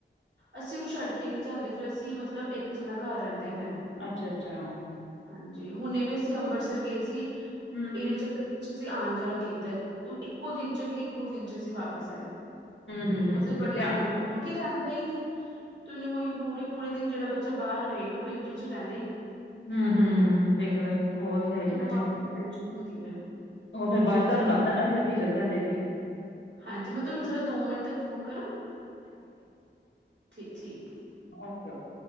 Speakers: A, on the right; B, on the left.
A: ਅਸੀਂ ਨੂੰ ਛੱਡ ਕੇ ਨਹੀਂ ਜਾਂਦੇ ਫੇਰ ਅਸੀਂ ਮਤਲਬ ਇੱਕ ਜਿੰਨਾ ਘਰ ਰਹਿੰਦਾ ਹੀ ਰਹਿੰਦਾ।
B: ਅੱਛਾ-ਅੱਛਾ,
A: ਹਾਂਜੀ ਹੁਣੇ ਵੀ ਅਸੀਂ ਅੰਮ੍ਰਿਤਸਰ ਗਏ ਸੀ,
B: ਹੂੰ
A: ਇਹਦੇ ਚੱਕਰ ਪਿੱਛ ਅਸੀਂ ਆਉਣ ਜਾਣ ਕੀਤਾ, ਉਹ ਇੱਕੋ ਦਿਨ ਚਗੇ ਇੱਕੋ ਦਿਨ ਚ ਅਸੀਂ ਵਾਪਿਸ ਆਏ।
B: ਹੂੰ ਹੂੰ
A: ਮਤਲਬ ਬੜੀ
B: ਤੇ ਧਿਆਨ
A: ਉਹ
B: ਹੋਣਾ।
A: ਕਿਉਂਕਿ ਕੇ ਰਹਿੰਦਾ ਈ ਨੀ ਉਹਨੂੰ ਪੂਰੀ ਪੂਰੇ ਦਿਨ ਜਿਹੜਾ ਬੱਚਾ ਬਾਹਰ ਰਹੇਗਾ, ਪਿੰਡ ਚ ਰਹਿੰਦਾ ਹੀ ਨੀ।
B: ਹੂੰ-ਹੂੰ, ਤੇ ਤਾਂ ਉਹ ਤੇ ਹੈਗੀ
A: ਤੁਹਾਨੂੰ
B: ਨਾ ਫੇਰ,
A: ਆਪੇ ਟੈਨਸ਼ਨ ਹੁੰਦੀ ਹੈ
B: ਉਹ ਫਿਰ ਬਾਅਦ ਚ ਤੁਹਾਨੂੰ ਲਬਦਾ ਨਾ ਵੀ ਜਦੋ ਅੱਸੀਂ ਚੱਲ ਜਾਂਦੇ ਜੀ।
A: ਹਾਂਜੀ ਮੈਂ ਤੁਹਾਨੂੰ ਕਰਾ ਦੋ ਮਿੰਟ ਤੱਕ ਫ਼ੋਨ ਕਰਾਂ ਠੀ ਠੀਕ,
B: ਓਕੇ-ਓਕੇ,